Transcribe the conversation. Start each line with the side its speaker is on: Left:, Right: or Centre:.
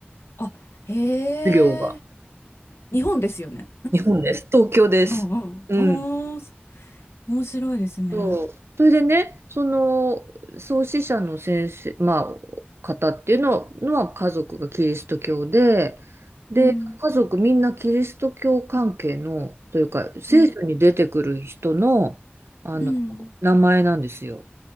Left: あ、へえ。
Right: 授業が。
Left: 日本ですよね。
Right: 日本です。東京です。
Left: うんうん。
Right: うん。
Left: おー、面白いですね。
Right: そう。それでね、その創始者の先生、まあ、方っていうののは家族がキリスト教で、で、
Left: うん、
Right: 家族みんなキリスト教関係の、というか、聖書に出てくる人の、
Left: うん、
Right: あの、
Left: うん、
Right: 名前なんですよ。